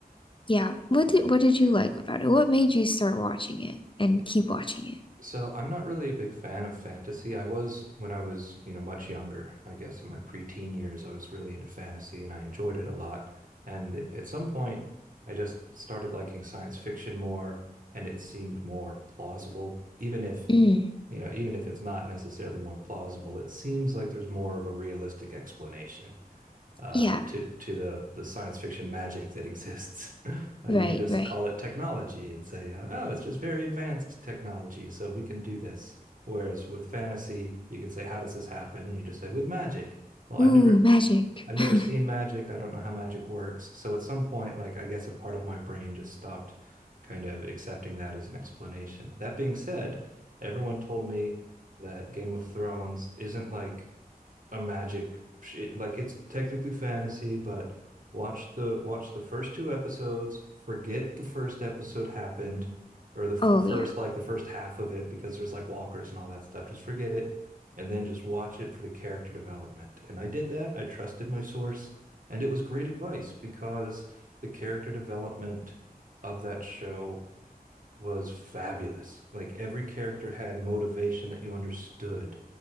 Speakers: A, on the left; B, on the right.
A: yeah. What did what did you like about it? What made you start watching it and keep watching it?
B: So I'm not really a big fan of fantasy. I was when I was, you know, much younger. I guess in my preteen years, I was really into fantasy and I enjoyed it a lot. And at some point, I just started liking science fiction more and it seemed more plausible. Even if,
A: Mm.
B: you know, even if it's not necessarily more plausible, it seems like there's more of a realistic explanation uh,
A: Yeah,
B: to to the the science fiction magic that exists. <laughs> Uh,
A: right,
B: you can just
A: right.
B: call it technology and say, uh, "Oh, it's just very advanced technology, so we can do this." Whereas with fantasy, you could say, "How does this happen?" And you just say, "With magic." Well, I've
A: Ooh,
B: never
A: magic.
B: I've never
A: <laughs>
B: seen magic. I don't know how magic works. So at some point, like I guess a part of my brain just stopped kind of accepting that as an explanation. That being said, everyone told me that Game of Thrones isn't like a magic sh- like it's technically fantasy, but watch the watch the first two episodes, forget the first episode happened or the
A: Oh
B: the first
A: yeah.
B: like the first half of it because there's like walkers and all that stuff. Just forget it and then just watch it for the character development. And I did that. I trusted my source and it was great advice because the character development of that show was fabulous. Like every character had motivation that you understood.